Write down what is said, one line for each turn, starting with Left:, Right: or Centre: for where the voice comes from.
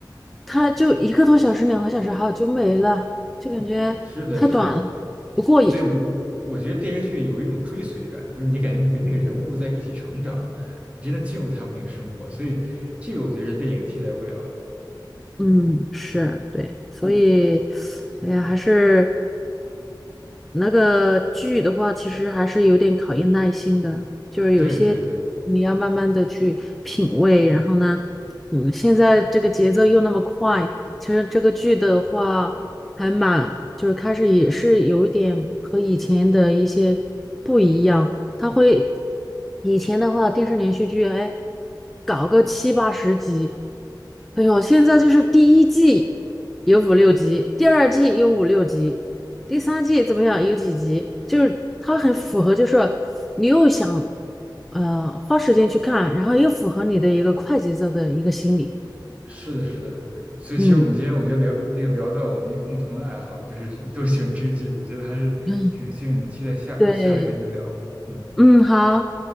Centre: 它就一个多小时、两个小时，好就没了，就感觉太短了
Right: 是的，是的。
Centre: <laughs>，不过瘾。
Right: 对，我我我觉得电视剧有一种追随感，就是你感觉你跟那个人物在一起成长，你真的进入他们那个生活，所以这个我觉得是电影替代不了的。
Centre: 嗯，是对，所以，哎呀，还是。那个剧的话，其实还是有点考验耐心的，就是有些你要慢慢的去品味。
Right: 对对对，
Centre: 然后呢，嗯，现在这个节奏又那么快，其实这个剧的话还蛮，就是开始也是有一点和以前的一些不一样。它会以前的话，电视连续剧，哎，搞个七八十集，哎呦，现在就是第一季有五六集，第二季有五六集。第三季怎么样？有几集？就是它很符合，就是你又想呃花时间去看，然后又符合你的一个快节奏的一个心理。
Right: 是的，是的。所以其实我们今天我觉得聊这个聊到我们一共同的爱好，
Centre: 嗯
Right: 就是都喜欢追剧，我觉得还是挺幸运的。
Centre: 嗯，
Right: 期待下下回跟您聊，
Centre: 对，
Right: 嗯。
Centre: 嗯，好。